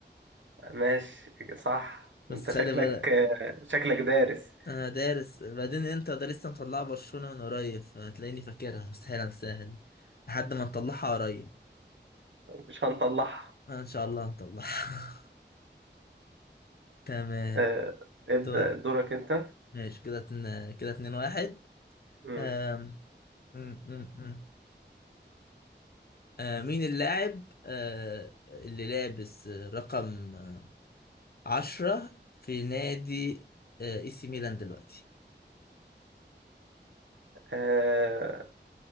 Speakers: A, on the right (about 85°); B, on the left (about 55°).
A: ماشي صح
B: بس
A: انت
B: خلي
A: شكلك
B: بالك
A: شكلك دارس
B: انا دارس بعدين انت ده لسه مطلعه برشلونة من قريب فتلاقيني فاكرها مستحيل انساها دي لحد ما نطلعها قريب
A: مش هنطلعها
B: انا ان شاء الله هنطلعها <laughs> تمام
A: آه، ابدأ
B: دور
A: دورك انت
B: ماشي كده اتنين كده اتنين واحد
A: مم.
B: أم... أم... أم... أم. آه، مين اللاعب آه، اللي لابس آه، رقم آه، عشرة في نادي آه، اي سي ميلان دلوقتي
A: آه،